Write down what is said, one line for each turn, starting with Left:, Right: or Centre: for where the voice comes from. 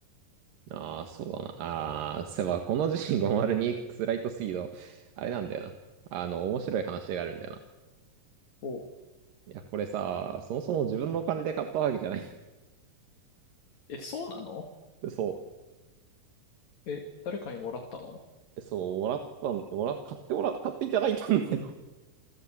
Right: ああ、そうだな。ああ、そういえば、この G502X ライトスピード、あれなんだよな。あの、面白い話があるんだよな。
Left: おう。
Right: いや、これさ、そもそも自分のお金で買ったわけじゃない。
Left: え、そうなの
Right: <laughs> そ
Left: え、誰かにもらったの
Right: う。そう、もらったん、もら、買ってもら、買っていただいたんだよ。